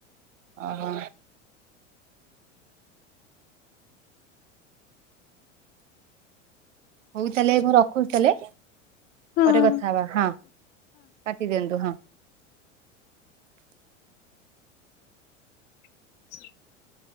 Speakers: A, on the right; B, on the left.
A: ଓହ, ହଉ ତାହେଲେ ମୁ ରଖୁଛି ତାହଲେ।
B: ହଁ
A: ପରେ କଥା ହବା ହଁ କାଟି ଦିଅନ୍ତୁ ହଁ। <inaudible>
B: ହ <inaudible>